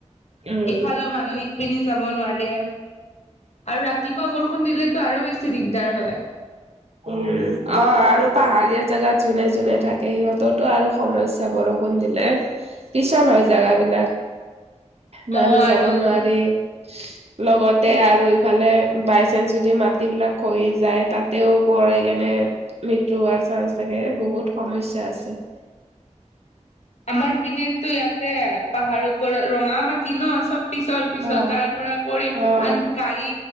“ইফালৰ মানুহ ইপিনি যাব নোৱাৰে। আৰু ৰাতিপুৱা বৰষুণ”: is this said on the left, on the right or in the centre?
Left